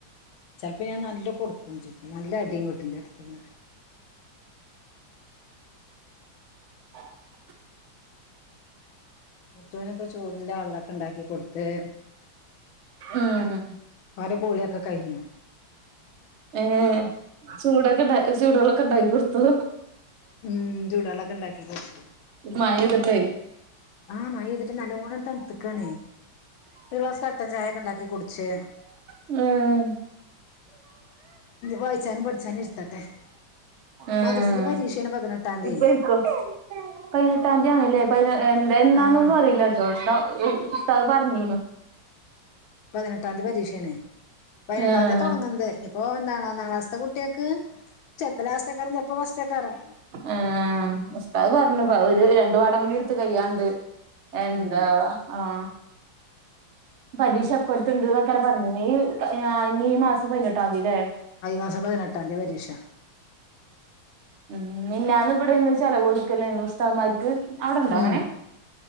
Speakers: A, on the left; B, on the right.
A: ചിലപ്പോൾ ഞാൻ നല്ല കൊടുക്കും ചും നല്ല അടിം കിടും ന്റെ അടുത് ന്.
B: <inaudible>
A: മുത്തുന് ഇപ്പം ചൂടുള്ള വെള്ളമൊക്കെ ഉണ്ടാക്കി കൊടുത്ത്.
B: ആഹ്
A: അവൻ്റൊ കൂളിയൊക്കെ കഴിഞ്ഞു.
B: ഏഹ് ചൂടൊക്കെ ഉണ്ട ചൂടള്ളൊക്കെ ഉണ്ടാക്കി കൊടുത്തു.
A: ഉം ചൂടളൊക്കെ ഉണ്ടാക്കി കൊടുത്തു.
B: മഴ പെയ്തിട്ടേ
A: ആഹ് മഴ പൊയ്തിട്ട് നല്ലവോണം തണുത്ത്ക്കണേ ഒരു ഗ്ലാസ് കട്ടൻ ചായയക്കെ ഉണ്ടാക്കി കുടിച്ച്.
B: ഉം.
A: വായിച്ചാനും പഠിച്ചാനും ഇർത്തട്ടെ
B: ഉം
A: മദ്രസൽ പരീക്ഷണ് പതിനെട്ടാംതി.
B: ഇപ്പ ഇരിക്കോ പതിനെട്ടാം തീയതിയാണല്ലേ പ എന്നന്താന്നൊന്നും
A: ആഹ്
B: അറിയില്ല. ഇതണ്ട ഉസ്താത് പറഞ്ഞീനു.
A: പതിനെട്ടാം തീയതി പരീക്ഷയാണ്. പതിനെട്ടാം
B: ആഹ്
A: തീയതിയാ തുടങ്ങ്ത്. ഇപ്പൊ എന്താണോ ഒന്നാം ഒന്ന് ഒന്ന് ഒന്ന് ക്ലസ്സ്ത്തെ കുട്ടികൾക്ക് ചിലപ്പോ ലാസ്റ്റ് ആക്കാരം ചിലപ്പോ ഫസ്റ്റക്കാരം.
B: എഹ് ഉസ്താദ് പറഞ്ഞു ഒരു രണ്ടു പാടംകുടി ഇടുത്ത് കയ്യാണ്ട്. എന്താ
A: ഉം
B: ആഹ്. പരീക്ഷ ഇപ്പടത് ണ്ടന്ന് എന്നൊക്ക പരഞിന്. ഈ ഇനി ഈ മാസം പതിനെട്ടാം തീയതില്ലേ.
A: അഹ് ഈ മാസം പതിനെട്ടാം തിയതിയ പരീക്ഷ.
B: ഉം മിഞ്ഞാന്ന് ഇവിടെന്ന് ചെിലവ് കൊടുക്കല്ലേന്ന് ഉസ്താദ്മാർക്ക്. അവിടെണ്ടോ
A: ഉം
B: അങ്ങനെ